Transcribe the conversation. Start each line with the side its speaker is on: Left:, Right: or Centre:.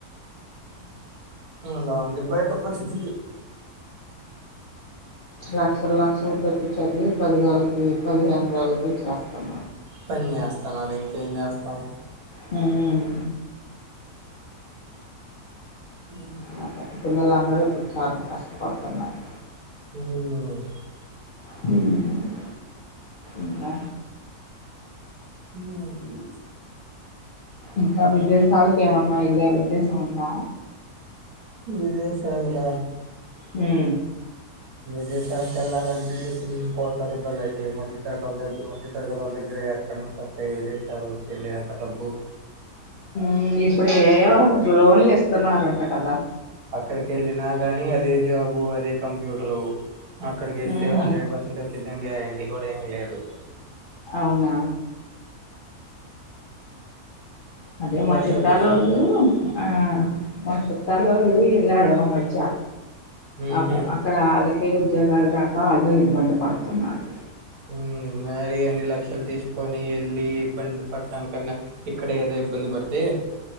Right: అలా ఉంది బయట పరిస్థితి
Left: లక్షల లక్షలు పెట్టి చదివి పది వేలకి పదిహేను వేలకి చేస్తాం
Right: పని చేస్తన్నారు ఇంకేం చేస్తాం
Left: మ్మ్
Right: మ్మ్
Left: అదే. పిల్లలందరూ ఇప్పుడు చాలా కష్టపడుతున్నారు
Right: మ్మ్
Left: మ్మ్ ఇంకా
Right: మ్మ్
Left: ఇంకా విదేశాలకేమన్నా ఎల్లే ఉద్దేశ ఉందా
Right: విదేశాల క
Left: మ్మ్
Right: విదేశాలకు వెళ్ళాలంటే ఇప్పుడు కోట్ల రూపాయలు అయితయి మధ్య తరగల మధ్య తరగతిల దగ్గర ఎక్కడంత వస్తాయి విదేశాలకి వెళ్లి అంత డబ్బు
Left: మ్మ్ ఇప్పుడు ఏం లోన్లు ఇస్తున్నారంట కదా
Right: అక్కడికి వెళ్ళినా గానీ అదే జాబు అదే కంప్యూటరు అక్కడికి వెళ్తే
Left: ఉహు
Right: హండ్రెడ్ పర్సెంట్ ఏం సిద్ధం గ్యారెంటీ కూడా ఏం లేదు
Left: అవునా అదే మా
Right: లక్షలు
Left: చుట్టలొల్లు
Right: ఖర్చు పెట్టి
Left: ఆ మా చుట్ తలవుళ్లు ఎలా రడ మజజా
Right: ఉహు
Left: అపో అక్కడ అల ఉద్యోగాలు రాక వాళ్ళు ఇబ్బంది పడుతున్నారు
Right: మ్మ్ మరి అన్ని లక్షలు తీసుకొని వెళ్ళి ఇబ్బంది పడటాం కన్నా ఇక్కడ ఏదో ఇబ్బంది పడితే